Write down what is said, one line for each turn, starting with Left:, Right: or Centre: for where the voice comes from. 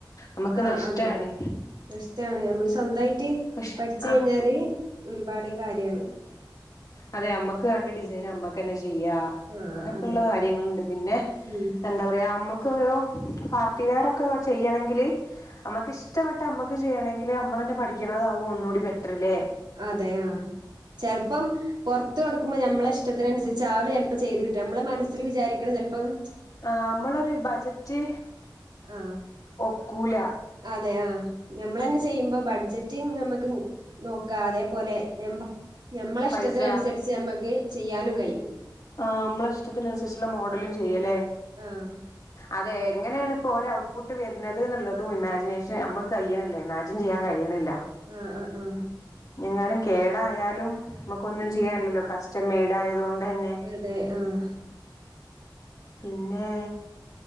Left: നമുക്ക്
Right: ആഹ്
Left: നഷ്ടാണ്
Right: അതെ നഷ്ടാണ് നമ്മള് സ്വന്തായിട്ട്
Left: പക്ഷെ
Right: പഠിച്ച് കഴിഞ്ഞാല്
Left: ആഹ്
Right: ഒരുപാട് കാര്യാണ്
Left: അതെ അമ്മക്ക് വാണ്ടെ ഡിസൈന് അമ്മക്ക്ന്നെ ചെയ്യാം
Right: ആഹ്
Left: അങ്ങനെക്കെള്ള
Right: അതെ
Left: കാര്യങ്ങള്ണ്ട് പിന്നെ
Right: ഉം
Left: എന്താ പറയാ അമ്മക്ക് ഓരോ പാർട്ടി വെയർ ഒക്കെ ചെയ്യണെങ്കില് അമ്മക്ക് ഇഷ്ടപ്പെട്ട അമ്മക്ക് ചെയ്യണെങ്കില് അമ്മളന്നെ പഠിക്ക്ണതാവു ഒന്നുടിബെറ്റ്റ് ല്ലേ
Right: അതെ ആഹ് ചെൽപ്പം പൊർത്തുകൊടുക്കുമ്മ ഞമ്മളെ ഇഷ്ടത്തിനൻസരിച്ച് ആവ് ല ചെല്പ്പൊ ചെയ്ത് കിട്ട ഞമ്മള് മനസ്സില് വിചാരിക്കണ ചെൽപ്പം
Left: ആഹ് അമ്മളൊരു ബജറ്റ്
Right: ആഹ്
Left: ഒക്കൂല
Right: അതെ ആഹ് ഞമ്മളെന്നെ ചെയ്യുമ്പോ ബഡ്ജറ്റ് ഞമ്മക്ക് നോക്കാ അതേപോലെ ഞബാ ഞമ്മളെ
Left: പൈസ
Right: ഇഷ്ടത്തിനൻസരിച്ച് ഞാമ്മക്ക് ചെയ്യാനും കയ്യും
Left: ആഹ് അമ്മളെഷ്ടത്തിന് അനുസരിച്ചുള്ള മോഡലും ചെയ്യാല്ലേ
Right: ആഹ്
Left: അതെ എങ്ങനെണ് ഇപ്പോഓരെ ഔട്ട്പുട്ട് വെര്ണത് ന്നുള്ളതും ഇമാജിനേഷൻ അമ്മക്ക് കഴിയ്യ്ണില്ല ഇമാ ജിൻ ചെയ്യാൻ കയ്യ്ണില്ല
Right: ആഹ് ആഹ് ആഹ്
Left: ഞെങ്ങാനും കേടായാലും മ്മക്കൊന്നും
Right: ഉം
Left: ചെയ്യാൻല്ലല്ലോ കസ്റ്റംമെയ്ഡ് ആയതോണ്ട് തന്നെ
Right: അതെ ആഹ്
Left: പിന്നെ